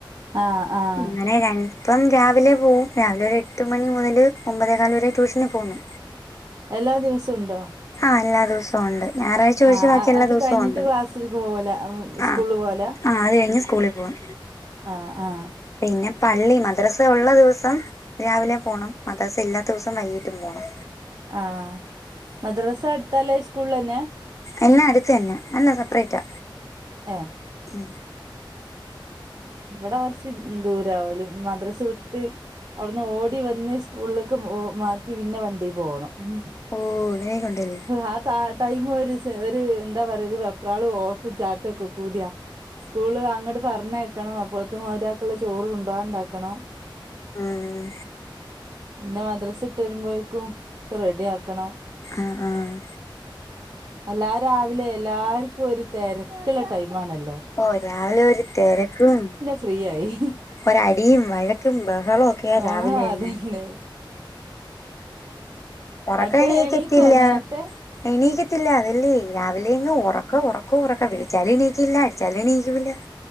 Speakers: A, on the right; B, on the left.
A: ആഹ് ആഹ്
B: <unintelligible> ഇപ്പം രാവിലെ പോവും രാവിലെ ഒരു എട്ട് മണി മുതല് ഒമ്പതേകാല് വരെ ട്യൂഷന് പോകുന്നു
A: എല്ലാ ദിവസം ഉണ്ടോ
B: ആഹ് എല്ലാ ദിവസവും ഉണ്ട് ഞായറാഴ്ച ഒഴിച്ച്
A: ആ
B: ബാക്കി എല്ലാ
A: അത്
B: ദിവസവും
A: കഴിഞ്ഞിട്ട്
B: ഉണ്ട്
A: ക്ലാസ്സിലേക്ക് പോകല
B: ആ
A: സ്കൂളിൽ പോല
B: ആ അത് കഴിഞ് സ്കൂളിൽ പോവും
A: ആഹ് ആഹ്
B: പിന്നെ പള്ളി മദ്രസ ഉള്ള ദിവസം രാവിലെ പോണം മദ്രസ ഇല്ലാത്ത ദിവസം വൈകിട്ടും പോണം
A: ആഹ് മദ്രാസ അടുത്താല്ലേ സ്കൂളന്നെ
B: എന്നാ അടുത്ത എന്ന അല്ലാ സെപ്പറേറ്റാ
A: ഏ
B: ഉം
A: ഇവിടെ കുറച്ച് ദൂരഓൽ മദ്രസ് വിട്ട് അവിടുന്ന് ഓടി വന്ന് സ്കൂളിലേക്ക് പോ മാറ്റി പിന്നെ വണ്ടി പോകണം ഉം
B: ഓ അങ്ങനെക്കണ്ടല്ലേ
A: ആ ത ടൈമ ഒരു ഒരു എന്താ പറയാ ഒരു വെപ്രാളും ഓട്ടും ചാട്ടും ഒക്കെ കൂടിയാ സ്കൂള് അങ്ങോട്ട് പറഞ്ഞേക്കണം അപ്പത്തും മറ്റാക്കുള്ള ചോറ് കൊണ്ടുപോകണ്ടാക്കണം
B: ഉം.
A: പിന്നെ മദ്രസ് ഇട്ട് വരുമ്പോഴേക്കും ഒക്കെ റെഡി ആക്കണം
B: ആഹ് ആഹ്
A: എല്ലാ രാവിലെ എല്ലാർക്കും ഒരു തിരക്കുള്ള ടൈമാണല്ലോ
B: ഓ രാവിലെ ഒരു തിരക്കും
A: ഫ്രീയായി
B: ഒര അടിയും വഴക്കും ബഹളവും ഒക്കെയ
A: ആഹ്
B: രാവിലെന്നെ
A: അതന്നെ
B: ഉറക്കം
A: അവിടുത്തെ
B: എണീക്കത്തില്ല
A: എണീക്കോ നേരത്തെ
B: എണീക്കത്തില്ല അതല്ലേ രാവിലെ ഇങ്ങ് ഉറക്ക ഉറക്ക ഉറക്ക വിളിച്ചാലും എണീക്കില്ല അടിച്ചാലും എണീകൂല